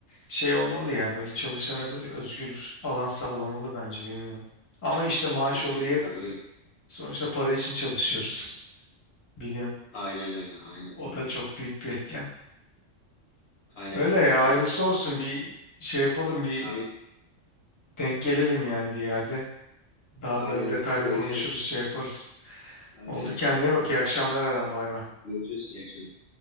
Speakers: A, on the left (about 20°); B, on the left (about 60°).
A: şey olmalı ya böyle çalışana böyle özgür alan sağlamalı bence bilmiyorum. Ama işte maaş
B: Kesinlikle
A: olayı
B: katılıyorum.
A: sonuçta para için çalışıyoruz. <laughs> Biliyorsun.
B: Aynen öyle. Aynen öyle.
A: O da çok büyük bir etken.
B: Aynen
A: Öyle
B: öyle
A: ya
B: katılıyorum.
A: hayırlısı olsun bir şey yapalım bir
B: Amin.
A: denk gelelim yani bir yerde. Daha
B: Aynen
A: böyle detaylı
B: öyle. Görüşelim.
A: konuşuruz şey yaparız.
B: Aynen
A: Oldu
B: öyle.
A: kendine bak
B: Hı hı.
A: iyi akşamlar Eren bay bay.
B: Görüşürüz. İyi akşamlar.